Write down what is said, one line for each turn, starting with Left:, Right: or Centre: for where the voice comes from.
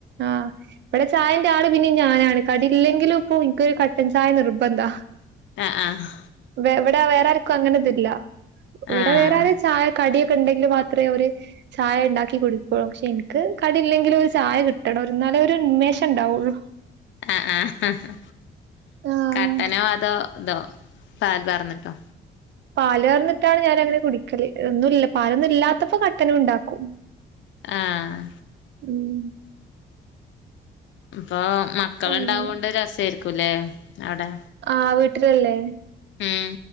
Right: ആഹ് ഇവിടെ ചായന്റെ ആള് പിന്നിം ഞാനാണ് കടില്ലെങ്കിലും ഇപ്പോ ഇൻക്കൊരു കട്ടൻ ചായ നിർബന്ധാ
Left: അഹ് ആഹ്
Right: വ് ഇവിടെ വേറെ ആർക്കും അങ്ങനെതില്ല ഇവിടെ
Left: ആഹ്
Right: വേറാരും ചായ കടി ക്കെണ്ടെങ്കില് മാത്രേ ഓര് ചായിണ്ടാക്കി കുടിക്കുള്ളൂ പക്ഷെ എനിക്ക് കടിയില്ലെങ്കിലും ഒരു ചായ കിട്ടണം ഒരു എന്നാലെ ഒരു ഉന്മേഷം എണ്ടാവുള്ളൂ
Left: അഹ് ആഹ്
Right: ആഹ്
Left: കട്ടനോ അതോ ഇതോ പാൽ പകർന്നിട്ടൊ
Right: പാല് കർന്നിട്ടാണ് ഞാനങ്ങനെ കുടിക്കല് ഒന്നുല്ല പാലൊന്നും ഇല്ലാത്തപ്പോ കട്ടനുംണ്ടാക്കും
Left: ആഹ്
Right: ഉം
Left: ഇപ്പാ മക്കളെണ്ടാവോണ്ട്
Right: അങ്ങനെ
Left: രസായിരിക്കുംല്ലേ അവിടെ
Right: ആഹ് വീട്ടിലല്ലേ
Left: ഉം